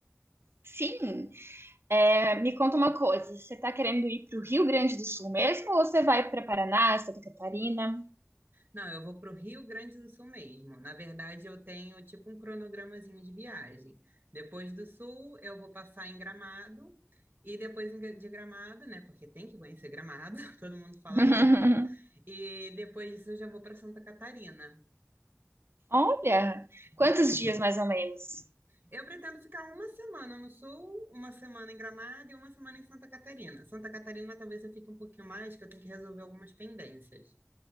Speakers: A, on the right; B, on the right.
A: sim. É, me conta uma coisa, você tá querendo ir pro Rio Grande do Sul mesmo ou você vai para Paraná, Santa Catarina?
B: Não, eu vou para o Rio Grande do Sul mesmo. Na verdade, eu tenho tipo um cronogramazinho de viagem. Depois do Sul, eu vou passar em Gramado. E depois em Gra- de Gramado, né? Porque tem que conhecer Gramado, <laughs> todo mundo fala
A: <laughs>
B: isso. E depois disso, eu já vou para Santa Catarina.
A: Olha, quantos dias mais ou menos?
B: Eu pretendo ficar uma semana no sul, uma semana em Gramado e uma semana em Santa Catarina. Santa Catarina talvez eu fique um pouquinho mais, que eu tenho que resolver algumas pendências.